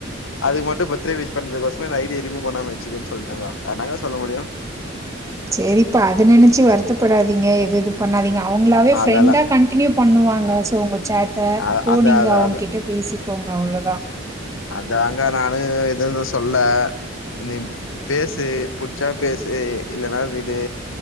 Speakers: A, on the left (about 75°); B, on the right (about 15°).
A: அது மட்டு பர்த்டே விஷ் பண்ணதுக்கோசமே ஐடிய ரிமூ பண்ணாம வச்சுகோன்னு சொல்லட்டாங்க அதாக்கா சொல்ல முடியு
B: சரிப்பா அது நெனைச்சு வருத்தப்படாதீங்க எது இது பண்ணாதீங்க அவங்களாவே
A: அதால
B: ஃப்ரெண்டா கண் டினியூ பண்ணுவாங்க சோ உங்க சாட்ட
A: அ
B: அப்போ
A: அதா
B: நீங்க
A: அதா
B: அவங்க
A: அத
B: கிட்ட பேசிக்கோங்க அவ்ளோதா
A: அதாங்க நானு எதூ இன்னு சொல்ல நீ பேசு புடிச்சா பேசு இல்லன்னா விடு